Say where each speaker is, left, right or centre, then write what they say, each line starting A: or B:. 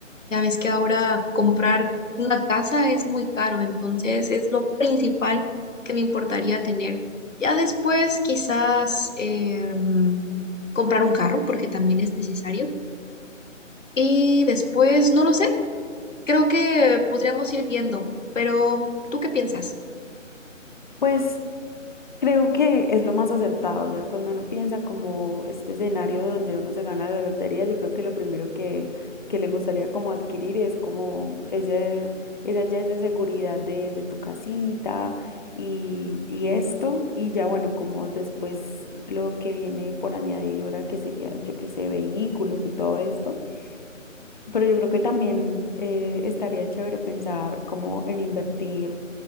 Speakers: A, on the left; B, on the left.
A: Ya ves que ahora comprar una casa es muy caro, entonces es lo principal que me importaría tener. Ya después quizás em, comprar un carro, porque también es necesario. Y después, no lo sé, creo que podríamos ir viendo, pero ¿tú qué piensas?
B: Pues creo que es lo más acertado, o sea, cuando uno piensa como este escenario donde uno se gana la lotería, yo creo que lo primero que, que le gustaría como adquirir es como ese, esa ya esa seguridad de, de tu casita y, y esto, y ya bueno, como después lo que viene por añadidura, que sería, yo que sé, vehículos y todo esto. Pero yo creo que también eh, estaría chévere pensar como en invertir,